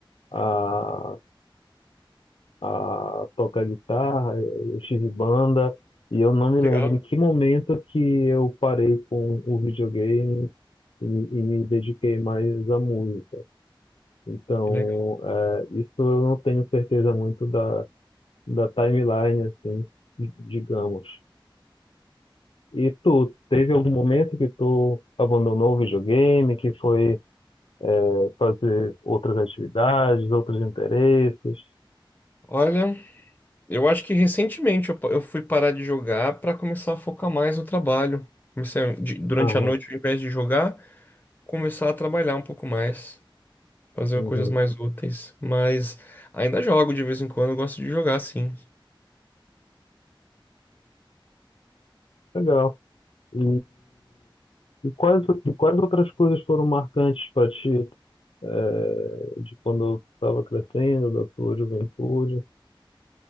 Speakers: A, on the left (about 80°); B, on the left (about 20°).
A: a, a tocar guitarra, eu tive banda, e eu não me
B: Legal,
A: lembro em que momento que eu parei com o videogame e, e me dediquei mais à música. Então,
B: que legal.
A: é, isso eu não tenho certeza muito da, da timeline, assim, di- digamos. E tu, teve algum momento que tu abandonou o videogame, que foi, é, fazer outras atividades, outros interesses?
B: Olha, eu acho que recentemente eu, pa- eu fui parar de jogar para começar a focar mais no trabalho. Comecei a- de- durante
A: Aham,
B: a noite, ao invés de jogar, começar a trabalhar um pouco mais, fazer
A: uhum.
B: coisas mais úteis. Mas ainda jogo de vez em quando, eu gosto de jogar, sim.
A: Legal. E, e quais, e quais outras coisas foram marcantes para ti, é, de quando eu estava crescendo, da tua juventude?